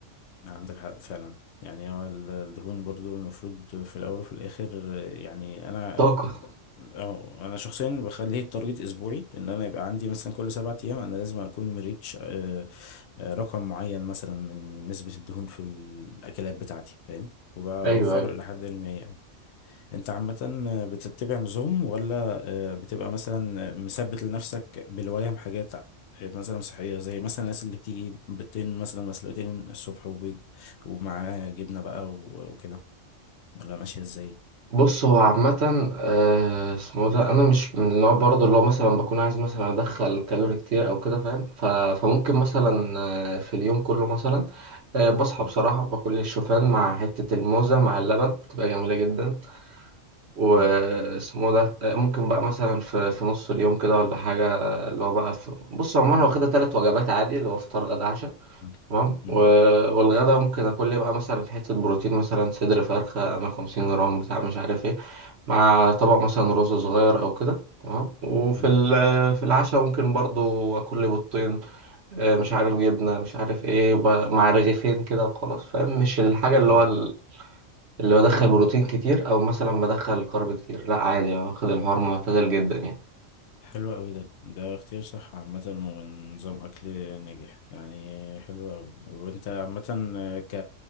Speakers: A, on the left; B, on the right.
A: عندك حق فعلا يعني هو ال- الدهون برضو المفروض في الأول وفي الآخر آه، يعني أنا
B: طاقة
A: اه أنا شخصيا بخليه التارجت أسبوعي إن أنا يبقى عندي مثلا كل سبعة أيام أنا لازم أكون مريتش آه، آه، رقم معين مثلا من نسبة الدهون في الأكلات بتاعتي فاهم وبوفره
B: ايوه ايوه
A: إلى حد ما يعني انت عامة بتتبع نظام ولا آه، بتبقى مثلا مثبت لنفسك بالولاية من حاجات آه، مثلا صحية زي مثلا الناس اللي بتيجي بيضتين مثلا مسلوقتين الصبح وبيض ومعاه جبنة بقى و- وكده ولا ماشية ازاي؟
B: بص هو عامة آه، اسمه ده انا مش من النوع برضو اللي هو مثلا بكون عايز مثلا ادخل كالوري كتير او كده فاهم ف- فممكن
A: ايوه
B: مثلا آه، في اليوم كله مثلا آه، بصحى
A: مم.
B: بصراحة باكل الشوفان مع حتة الموزة مع اللبن بتبقى جميلة جدا واسمه
A: مم.
B: ده آه، ممكن بقى مثلا في في نص اليوم كده ولا حاجة اللي هو بقى في بص عموما انا واخدها تلات وجبات عادي اللي هو فطار غدا عشاء
A: مم.
B: تمام
A: مم.
B: و- والغدا ممكن اكل لي بقى مثلا حتة بروتين مثلا صدر فرخة انا 50 جرام بتاع مش عارف ايه مع طبق مثلا رز صغير او كده تمام وفي
A: حلو
B: ال- في العشاء ممكن برضو اكل لي بيضتين آه، مش عارف جبنة مش عارف ايه ب- مع رغيفين كده وخلاص فاهم مش الحاجة اللي
A: ايوه
B: هو اللي بدخل بروتين كتير او مثلا بدخل كارب كتير لا عادي واخد الحوار معتدل جدا يعني
A: حلو قوي ده ده اختيار صح عامة ونظام أكل ناجح يعني حلو قوي وانت عامة آه، ك